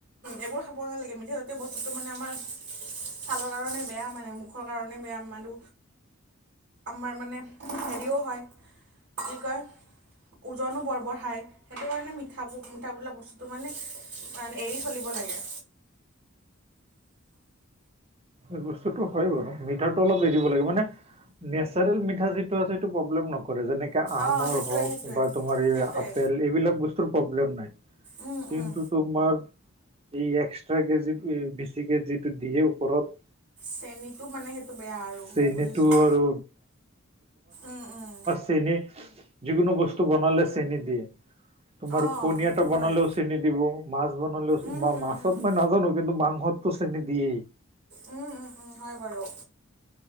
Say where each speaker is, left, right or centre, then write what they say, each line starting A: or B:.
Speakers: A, on the right; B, on the right.
A: এইবোৰ খাব নালাগে মিঠা জাতীয় বস্তুটো মানে আমাৰ ছালৰ কাৰণে বেয়া মানে মূখ মূখৰ কাৰণে বেয়া আমাৰ, আমাৰ মানে হেৰিও হয়। কি কয় ওজনো বৰ বঢ়ায়, সেইটো কাৰণে মিঠাবোৰ মিঠা বোলা বস্তু তো মানে, এৰি চলিব লাগে।
B: এই বস্তুতো হয় বাৰু মিঠাটো অলপ এৰিব লাগে মানে নেচাৰেল মিঠা যিটো আছে সেইটো প্ৰবলেম নকৰে। কৰে যেনেকে আমৰ
A: অঁ সেইটোৱে
B: হওঁক,
A: সেইটোৱে
B: বা তোমাৰ এই
A: সেইটোৱে
B: আপেল এইবিলাক বস্তুৰ প্ৰব্লেম নাই।
A: উম, উম।
B: কিন্তু তোমাৰ, এই এক্সট্ৰাকে যে বেছিকে যিটো দিয়ে ওপৰত।
A: চেনীটো মানে সেইটো বেয়া আৰু
B: চেনীটো
A: বুজিছোঁ,
B: আৰু
A: উম, উম।
B: চেনি যিকোনো বস্তু বনালে চেনি দিয়ে। তোমাৰ
A: অঁ
B: কণী
A: সেইটো
B: এটা বনালেও
A: হয়
B: চেনি দিব, মাছ বনালেও
A: উম উম
B: বা মাছ চব
A: উম
B: মই নাজানো কিন্তু মাংসতো চেনি দিয়েই।
A: উম, উম, উম হয় বাৰু।